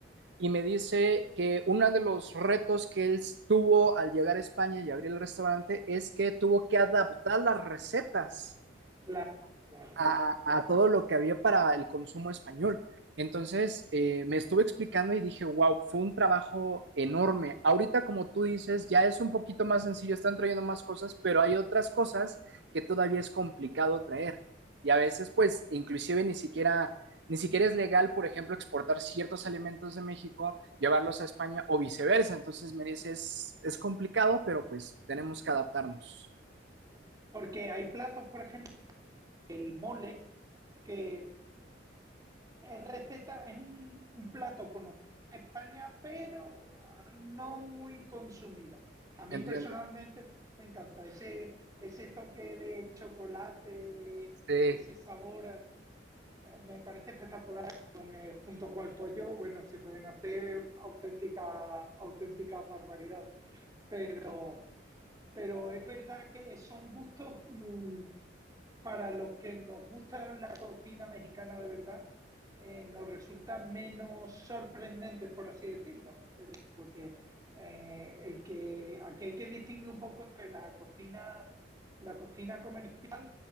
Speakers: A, on the right; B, on the right.
A: y me dice que uno de los retos que él tuvo al llegar a España y abrir el restaurante es que tuvo que adaptar las recetas
B: claro, claro.
A: a, a todo lo que había para el consumo español. Entonces, eh, me estuve explicando y dije, wow, fue un trabajo enorme. Ahorita, como tú dices, ya es un poquito más sencillo, están trayendo más cosas, pero hay otras cosas que todavía es complicado traer. Y a veces, pues, inclusive ni siquiera, ni siquiera es legal, por ejemplo, exportar ciertos alimentos de México, llevarlos a España o viceversa. Entonces, me dices, es complicado, pero pues tenemos que adaptarnos.
B: Porque hay platos, por ejemplo, el mole, que es receta, es un, un plato conocido en España, pero no muy consumido. A mí
A: Entiendo.
B: personalmente me encanta ese, ese toque de chocolate, de
A: Sí,
B: ese sabor, eh, me parece espectacular. Con, eh, junto con el pollo, bueno, se pueden hacer auténticas auténticas barbaridades. Pero, pero es verdad que son gustos mm, para los que nos gusta la cocina mexicana de verdad, eh, nos resulta menos sorprendentes, por así decirlo, Es decir, porque eh, el que, aquí hay que distinguir un poco entre la cocina, la cocina comercial